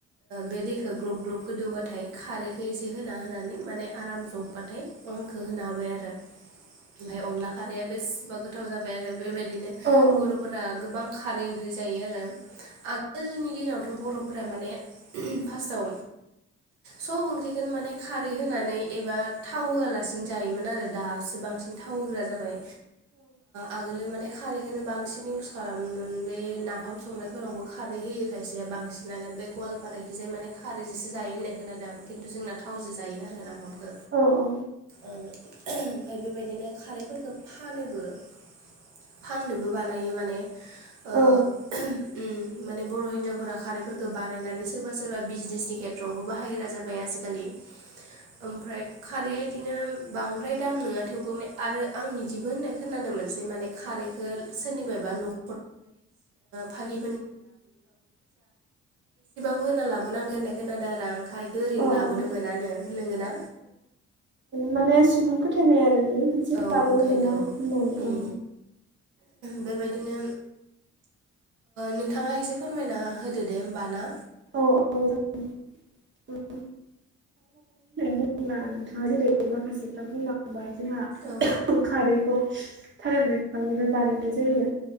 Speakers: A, on the right (about 80°); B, on the right (about 30°).
A: बे दैखौ ग्लब ग्लब गोदौबाथाय खारैखौ एसे होना होनानै माने आराम जबबाथाय खौ होनो हाबाय आरो ओमफ्राय अनला खारैया बेसेबा गोथाव जाबाय आरो बेबायदि
B: औ औ
A: बर'फोरा गोबां खारै ओंख्रि जायो आरो आगोलनि दिनावथ' बर' फोर माने फार्स्टाव सब ओंख्रिगोन माने खारै होनानै एबा थाव होआलासे बांसिन जायोमोन आरो दासो बांसिन थाव होग्रा जाबाय आगोलो माने खारैखौनो बांसिन इउस खालामोमोन बे नाफाम संनायफोरावबो खारै हो खायसे बांसिनानो बे गवालपारा खिजाय माने खारैजोंसो जायो होन्नाय खोनादों खिन्थु जोंना थावजो जायो आरो नाफामखौ
B: औ औ
A: ओमफफ्राय बेबायदिनो खारैफोरखौ फानोबो फाननोबो बानायो माने ओ
B: औ
A: उम माने बर' हिन्जावफोरा खारैफोरखौ बानायनानै सोरबा सोरबा बिजनेसनि खेथ्रआवबो बाहायग्रा जाबाय आजिखालि ओमफ्राय खारैया इदिनो बांद्राय दाम नङा थेवबो आरो आं निदिबो होननाय खोनादों मोनसे माने खारैखौ सोरनिबा िनि लाब फब होना ला लाबोनांगोन होननाय खोनादों आरो आं खारैख ओरैनो लाबोनो
B: औ औ
A: मोनानो होनगोना
B: माने सुबुं फोथायनाय आरो बेयो बसिन
A: औ
B: लाबोनो
A: ओंखायनोथ'
B: मोना होननानै
A: उम
B: औ
A: बेबायदिनो नोंथाङा एसे फोरमायना होदो दे होमबा ना
B: औ औ बुंब्ला नोंथाङा जेरै माखासे खोथा बुंलांबाय जोंहा
A: औ
B: खारैखौ थार बि बिफांनिफ्राय बानायनाय जायो